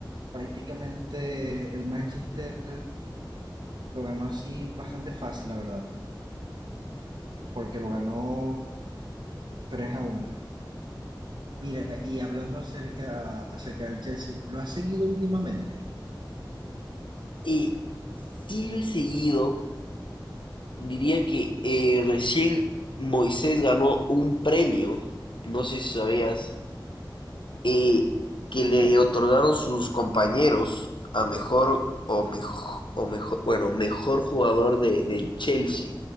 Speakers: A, on the right (about 70°); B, on the left (about 75°).
A: prácticamente el Manchester. Lo ganó así bastante fácil, la verdad, porque lo ganó tres a uno Mira, y hablando acerca, acerca del Chelsea, ¿lo has seguido últimamente?
B: Y sí lo he seguido, diría que eh, recién Moisés ganó un premio, no sé si sabías. eh, que le otorgaron sus compañeros a mejor o mejor o mejor mejor bueno mejor jugador de del Chelsea.